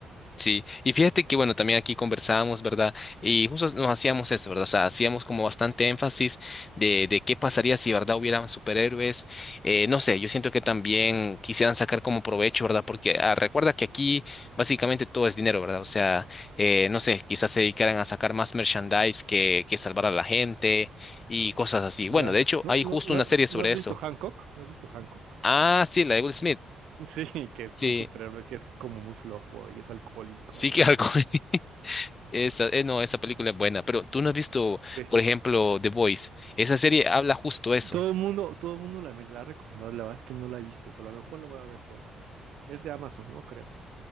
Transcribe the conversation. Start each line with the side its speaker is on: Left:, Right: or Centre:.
Left: Sí, y fíjate que bueno, también aquí conversábamos, ¿verdad? Y justo nos hacíamos eso, ¿verdad? O sea, hacíamos como bastante énfasis de, de qué pasaría si, ¿verdad? Hubieran superhéroes. Eh, no sé, yo siento que también quisieran sacar como provecho, ¿verdad? Porque ah, recuerda que aquí básicamente todo es dinero, ¿verdad? O sea, eh, no sé, quizás se dedicaran a sacar más merchandise que, que salvar a la gente y cosas así. Bueno,
Right: Ya.
Left: de hecho,
Right: ¿No,
Left: hay
Right: no,
Left: justo
Right: no,
Left: una serie sobre
Right: no has visto
Left: eso.
Right: Hancock? ¿No has visto Hancock?
Left: Ah, sí, la de Will Smith.
Right: <laughs> Sí, que es
Left: Sí,
Right: un superhéroe que es como muy flojo y es alcohólico
Left: sí
Right: y
Left: que algo. <laughs> Esa, eh, no, esa película es buena, pero tú no has visto,
Right: sí, está
Left: por
Right: chistoso.
Left: ejemplo, The Voice. Esa serie habla justo eso.
Right: Todo el mundo, todo el mundo la, me la ha recomendado, la verdad es que no la he visto, pero a lo mejor lo voy a ver pronto. Es de Amazon, ¿no? Creo.